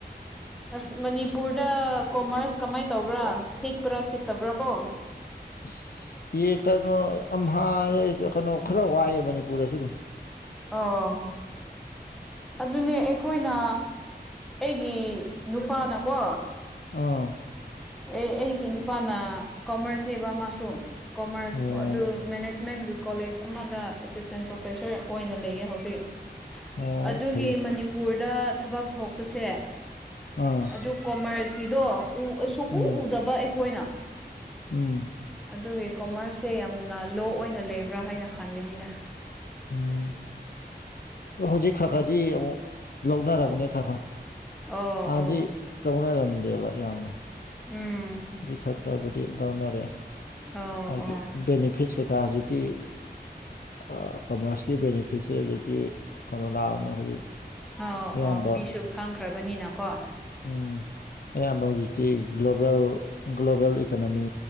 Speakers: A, in the centre; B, on the left.
A: ꯑꯁ ꯃꯅꯤꯄꯨꯔꯗ ꯀꯣꯃꯔꯁ ꯀꯃꯥꯏꯅ ꯇꯧꯕ꯭ꯔꯥ ꯁꯤꯠꯄ꯭ꯔꯥ ꯁꯤꯠꯇꯕ꯭ꯔꯥ ꯀꯣ
B: ꯑꯁ ꯌꯦ ꯀꯩꯅꯣ ꯑꯝꯍꯥ ꯀꯩꯅꯣ ꯈꯔ ꯋꯥꯏꯑꯦ ꯃꯅꯤꯄꯨꯔꯗꯁꯨ ꯑꯗꯨꯝ
A: ꯑꯣ ꯑꯗꯨꯅꯦ ꯑꯩꯈꯣꯏꯅ ꯑꯩꯒꯤ ꯅꯨꯄꯥꯅꯀꯣ
B: ꯑꯥ
A: ꯑꯦ ꯑꯩꯒꯤ ꯅꯨꯄꯥꯅ ꯀꯣꯃꯔꯁꯅꯦꯕ ꯃꯥꯁꯨ ꯀꯣꯃꯔꯁ
B: ꯑꯣ
A: ꯑꯗꯨ ꯃꯦꯅꯦꯖ ꯃꯦꯟꯒꯤ ꯀꯣꯂꯦꯖ ꯑꯃꯗ ꯑꯦꯁꯤꯁꯇꯦꯟ ꯄ꯭ꯔꯣꯐꯦꯁꯔ ꯑꯣꯏꯅ ꯂꯩꯌꯦ ꯍꯧꯖꯤꯛ
B: ꯑꯣ
A: ꯑꯗꯨꯒꯤ
B: ꯐꯩ
A: ꯃꯅꯤꯄꯨꯔꯗ ꯊꯕꯛ ꯊꯣꯛꯄꯁꯦ
B: ꯑꯥ
A: ꯑꯗꯨ ꯀꯣꯃꯔꯁ ꯀꯤꯗꯣ ꯎ ꯁꯨꯛꯎ
B: ꯎꯝ
A: ꯎꯗꯕ ꯑꯩꯈꯣꯏꯅ
B: ꯎꯝ
A: ꯑꯗꯨꯒꯤ ꯀꯣꯃꯔꯁꯁꯦ ꯌꯥꯝꯅ ꯂꯣ ꯑꯣꯏꯅ ꯂꯩꯕ꯭ꯔꯥ ꯍꯥꯏꯅ ꯈꯟꯕꯅꯤꯅ
B: ꯎꯝ ꯍꯧꯖꯤꯛ ꯈꯈꯗꯤ ꯑꯃꯨꯛ ꯂꯧꯅꯔꯕꯅꯦ ꯈꯈ
A: ꯑꯣ
B: ꯍꯥꯟꯅꯗꯤ
A: ꯑꯣ
B: ꯂꯧꯅꯔꯝꯗꯦꯕ ꯌꯥꯝꯅ
A: ꯎꯝ
B: ꯖꯤꯛ ꯈꯔ ꯈ꯭ꯔꯕꯨꯗꯤ ꯂꯧꯅꯔꯛꯑ
A: ꯑꯣ
B: ꯍꯥꯏꯒꯤ
A: ꯑꯣ
B: ꯕꯤꯅꯤꯐꯤꯠꯁꯦ ꯀꯥ ꯍꯨꯖꯤꯛꯇꯤ ꯑꯥ ꯀꯃꯔꯁ ꯀꯤ ꯕꯦꯅꯤꯐꯤꯠꯁꯦ ꯍꯧꯖꯤꯛꯇꯤ ꯀꯩꯅꯣ ꯂꯥꯛꯑꯕꯅꯤꯅ ꯍꯧꯖꯤꯛ
A: ꯑꯣ
B: ꯑꯌꯥꯝꯕ
A: ꯑꯣ ꯃꯤꯁꯨ ꯈꯪꯈ꯭ꯔꯕꯅꯤꯅꯀꯣ
B: ꯎꯝ ꯑꯌꯥꯝꯕ ꯍꯧꯖꯤꯛꯇꯤ ꯒ꯭ꯂꯣꯕꯦꯜ ꯒ꯭ꯂꯣꯕꯦꯜ ꯏꯀꯣꯅꯣꯃꯤ